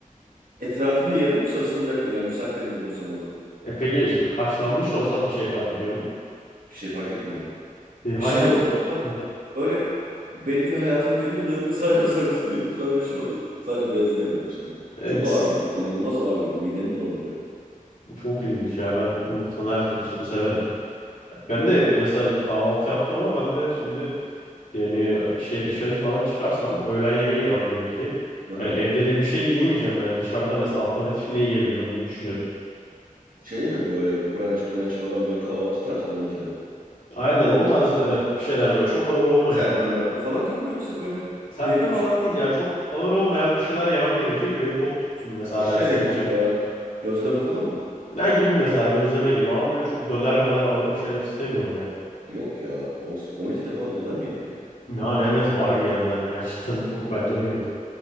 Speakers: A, on the right; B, on the left.
A: Etrafını yerim, sarısını bırakırım. Yani misafir evinde bile olsam yemem.
B: E peki haşlanmış olsa bir şey fark ediyor mu?
A: Bir şey fark etmiyor.
B: E, hay-
A: Bir şey
B: hem
A: oldu bana. Ben
B: Heh,
A: böyle belli bir hayatımın belli bir döneminde sadece sarısını yiyordum. Sonra bir şey oldu. Sadece beyazını yemeye başladım.
B: e,
A: Çok
B: ikisi
A: ağır geliyor. inanılmaz ağır geliyor. Midemi bulandırıyor.
B: çok ilginç ya ben yumurtanın her türlüsünü severim. Ben de mesela kahvaltı yaptım ama ben de şimdi Yani şey dışarı falan çıkarsam öğlen yemeği yemem gerekecek.
A: Aha.
B: Hani evde de bir şey yiyemeyeceğim. Yani dışarıda mesela aperatif ne yiyebilirim onu düşünüyorum.
A: Şey mi böyle brunch brunch falan böyle kahvaltı tarzı mı 12'de?
B: Aynen o tarz evet bir şeyler böyle çok ağır olmayan.
A: Serpme mertme falan gibi mi yoksa böyle
B: Serpme
A: belli
B: falan
A: bir şey mi?
B: değil ya çok ağır olmayan bir şeyler yemem gerekiyor ki beni tok tutsun. Mesela
A: Şey
B: derse gideceğim.
A: e, gözleme falan mı?
B: Ne gibi mesela gözleme gibi ama böyle çok döner möner ağır bir şeyler istemiyorum ya.
A: Yok ya. O, 12'de falan döner mi yenir ya?
B: Yani evet var yiyenler ya <laughs> cidden çok bence de kötü.